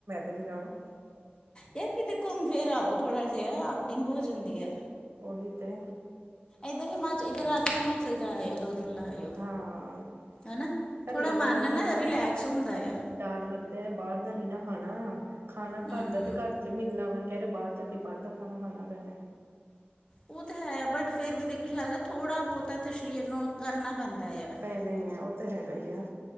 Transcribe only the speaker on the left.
ਯਾਰ ਕਿਤੇ ਘੁੰਮ ਫਿਰ ਆਓ ਥੋੜਾ ਜਿਹਾ ਆਊਟਿੰਗ ਹੋ ਜਾਂਦੀ ਏ।
ਇੱਧਰ ਹਿਮਾਚਲ ਇੱਧਰ ਆ ਕੇ ਹਿਮਾਚਲ ਜਾ ਆਏ ਉਹ ਦੋ ਦਿਨ ਲਾਓ
ਹਨਾ ਥੋੜਾ
ਮਨ
ਨਾ ਰਿਲੈਕਸ ਹੁੰਦਾ ਆ।
ਹੂੰ।
ਉਹ ਤਾਂ ਹੈ ਬਟ ਫੇਰ ਵੀ <unintelligible> ਦੇਖੋ ਥੋੜਾ ਬਹੁਤਾ ਤਾਂ ਸਰੀਰ ਨੂੰ ਕਰਨਾ ਪੈਂਦਾ ਆ।